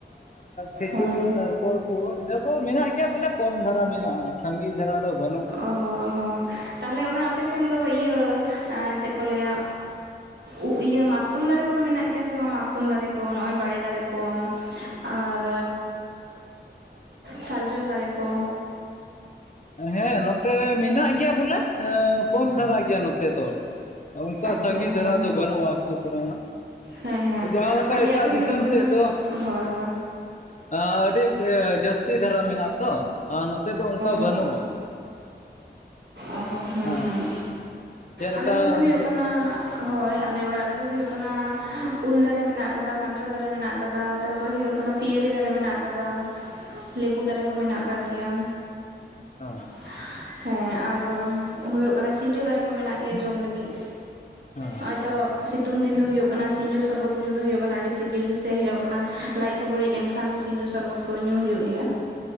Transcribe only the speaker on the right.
ᱦᱳᱭ
ᱚᱦᱚ ᱚᱦᱚ ᱛᱟᱦᱞᱮ ᱚᱱᱟ ᱟᱯᱮ ᱥᱮᱱ ᱫᱚ ᱤᱭᱟᱹ ᱪᱮᱫ ᱠᱚ ᱞᱟᱹᱭᱟ᱾ ᱩ ᱤᱭᱟᱹ ᱢᱟᱛᱠᱚᱢ ᱫᱟᱨᱮ ᱠᱚᱫᱚ ᱢᱮᱱᱟᱜ ᱜᱮᱭᱟ ᱥᱮ ᱵᱟᱝ ᱢᱟᱛᱠᱚᱢ ᱫᱟᱨᱮ ᱠᱚ ᱱᱚᱜᱼᱚᱭ ᱵᱟᱲᱮ ᱫᱟᱨᱮ ᱠᱚ᱾ ᱟᱨ ᱥᱟᱨᱡᱚᱢ ᱫᱟᱨᱮ ᱠᱚ?
ᱟᱪᱪᱷᱟ
ᱦᱚᱭ
ᱦᱮᱸ ᱦᱮᱸ
ᱟᱞᱮᱭᱟᱜ
ᱫᱚ
ᱦᱩᱭᱩᱜ ᱠᱟᱱᱟ᱾
ᱦᱚᱭ
ᱦᱚᱭ
ᱚᱦᱚ ᱦᱩᱸ
ᱦᱩᱸ
ᱟᱞᱮ ᱥᱮᱱ ᱫᱚ ᱦᱩᱭᱩᱜ
ᱠᱟᱱᱟ᱾ ᱦᱚᱭ ᱟᱞᱮ ᱚᱲᱟᱜ ᱨᱮᱫᱚ ᱦᱩᱭᱩᱜ ᱠᱟᱱᱟ ᱩᱞ ᱫᱟᱨᱮ ᱢᱮᱱᱟᱜ ᱟᱠᱟᱫᱟ ᱠᱟᱱᱴᱷᱟᱲ ᱫᱟᱨᱮ ᱢᱮᱱᱟᱜ ᱠᱟᱫᱟ ᱛᱟᱯᱚᱨᱮ ᱦᱚᱭ ᱦᱩᱭᱩᱜ ᱠᱟᱱᱟ ᱯᱤᱭᱟᱹᱨᱤ ᱫᱟᱨᱮ ᱢᱮᱱᱟᱜ ᱟᱠᱟᱫᱟ ᱞᱮᱵᱩ ᱫᱟᱨᱮ ᱠᱚ ᱢᱮᱱᱟᱜ ᱟᱠᱟᱫ ᱜᱮᱭᱟ᱾
<inaudible> ᱦᱮᱸ ᱟᱨ ᱦᱩᱭᱩᱜ ᱠᱟᱱᱟ ᱥᱤᱧᱡᱚ ᱫᱟᱨᱮ ᱠᱚ ᱢᱮᱱᱟᱜ ᱜᱮᱭᱟ ᱡᱚᱢ ᱞᱟᱹᱜᱤᱫ᱾
ᱱᱚᱜᱼᱚᱭ ᱛᱚ ᱥᱤᱛᱩᱝ ᱫᱤᱱ ᱫᱚ ᱦᱩᱭᱩᱜ ᱠᱟᱱᱟ ᱥᱤᱧᱡᱚ ᱥᱚᱨᱵᱚᱛ ᱧᱩᱸ ᱫᱚ ᱦᱩᱭᱩᱜ ᱠᱟᱱᱟ ᱟᱹᱰᱤ ᱥᱤᱵᱤᱞ ᱥᱮ ᱦᱩᱭᱩᱜ ᱠᱟᱱᱟ᱾ ᱞᱟᱡ ᱠᱚ ᱵᱟᱹᱲᱤᱡ ᱞᱮᱱ ᱠᱷᱟᱱ ᱥᱤᱧᱡᱚ ᱥᱚᱨᱵᱚᱛ ᱠᱚ ᱧᱩᱸ ᱦᱩᱭᱩᱜ ᱜᱮᱭᱟ᱾